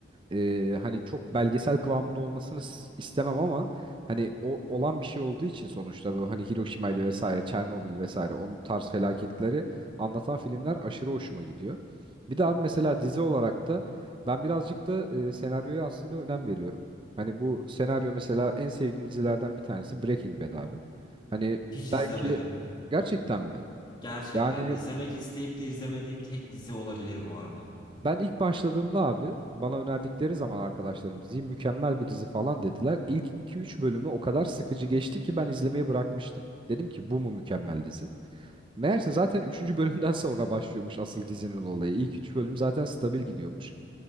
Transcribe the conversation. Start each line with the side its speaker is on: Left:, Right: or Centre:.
Right: e, hani çok belgesel kıvamında olmasını s- istemem ama hani o olan bir şey olduğu için sonuçta bu hani Hiroşima'ydı vesaire, Çernobil vesaire onun tarz felaketleri anlatan filmler aşırı hoşuma gidiyor. Bir de abi mesela dizi olarak da ben birazcık da e, senaryoya aslında önem veriyorum. Hani bu senaryo mesela en sevdiğim dizilerden bir tanesi Breaking Bad abi. Hani
Left: Hiç izlemedim.
Right: belki Gerçekten mi?
Left: Gerçekten
Right: Yani
Left: izlemek isteyip de izlemediğim tek dizi olabilir bu arada.
Right: ben ilk başladığımda abi bana önerdikleri zaman arkadaşlarım diziyi mükemmel bir dizi falan dediler. İlk iki üç bölümü o kadar sıkıcı geçti ki ben izlemeyi bırakmıştım. Dedim ki bu mu mükemmel dizi? Meğerse zaten üçüncü <laughs> bölümden sonra başlıyormuş asıl dizinin olayı. İlk 3 bölüm zaten stabil gidiyormuş.